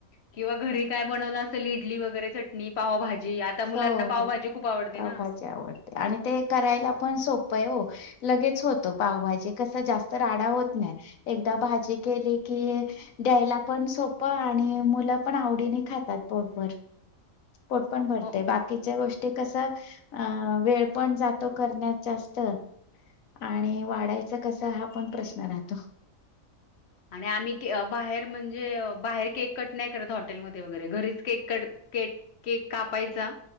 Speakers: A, on the left; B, on the left.
A: किंवा घरी काय बनवलं असेल. इडली वगैरे चटणी पावभा जी. आता मुलांना
B: हो
A: पावभाजी
B: हो
A: खूप आवडती
B: पावभाजी
A: ना.
B: आवडते आणि ते करायला पण सोपं आहे हो. लगेच होतं पावभाजी कस जास्त राडा होत. एक भाजी केली की. द्यायला पण सोप. आणि मुलं पण आवडीने खातात पोटर-पोट पण भरत.
A: हो.
B: ते बाकीच्या गोष्टी कस अ वेळ पण जातो. करण्यात जास्त. आणि वाढायच कस हा पण प्रश्न राहतो.
A: आणि आम्ही बाहेर म्हणजे. बाहेर केक कट नाही करत हॉटेलमध्ये वगैरे घरीच केक कट. के केक कापायचा.